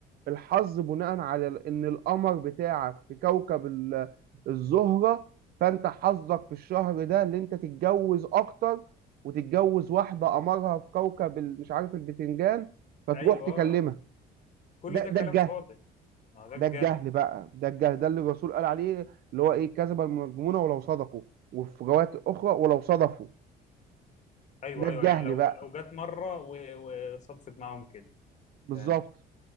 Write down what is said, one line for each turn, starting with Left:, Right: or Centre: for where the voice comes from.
Right: الحظ بناء على ال- ان القمر بتاعك في كوكب ال- الزهرة فانت حظك في الشهر ده اللي انت تتجوز اكتر وتتجوز واحدة قمرها في كوكب ال- مش عارف البتنجان فتروح
Left: ايوه
Right: تكلمها
Left: اه اه كل
Right: ده
Left: ده
Right: ده
Left: كلام
Right: الجهل
Left: فاضي ما ده
Right: ده
Left: الجهل
Right: الجهل بقى ده الجهل ده اللي الرسول قال عليه اللي هو ايه كذب المنجمون ولو صدقوا وفي روايات اخرى ولو صدفوا
Left: ايوه
Right: ده الجهل
Left: ايوه يعني لو
Right: بقى
Left: لو جت مره و- وصدفت معاهم كده
Right: بالظبط
Left: تمام